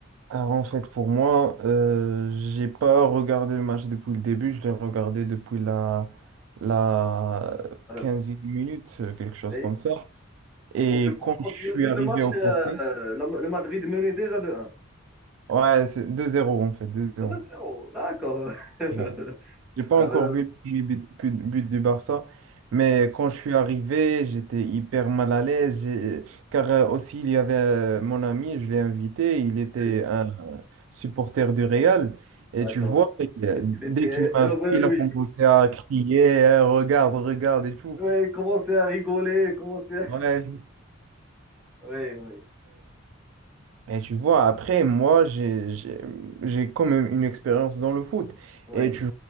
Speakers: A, on the right (about 75°); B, in the centre.
A: alors, en fait, pour moi, euh, j'ai pas regardé le match depuis le début, je l'ai regardé depuis la, la
B: Euh,
A: quinzième minute, euh, quelque chose
B: oui.
A: comme ça. Et
B: Donc, je pense
A: quand
B: que
A: je
B: quand tu
A: suis
B: as vu
A: arrivé
B: le match,
A: au
B: euh,
A: café,
B: le, le Madrid menait déjà de 1.
A: Ouais, c'est 2-0 en fait, deux zéro
B: 2 zéro d'accord. <laughs>
A: Ouais. J'ai pas
B: Ah
A: encore
B: ben,
A: vu le premier but, but- but du Barça, mais quand je suis arrivé, j'étais hyper mal à l'aise, j'ai- car euh, aussi il y avait euh, mon ami, je l'ai invité, il était
B: oui,
A: un supporter du Real, et
B: d'accord.
A: tu vois, euh,
B: Il
A: dès
B: était
A: qu'il m'a
B: heureux,
A: vu, il
B: lui.
A: a commencé à crier, Eh, regarde, regarde et tout.
B: Oui, il commençait à rigoler, il commençait à...
A: Ouais,
B: Oui, oui,
A: Et tu vois, après, moi, j'ai, j'ai, j'ai quand même une expérience dans le foot.
B: oui,
A: Et tu,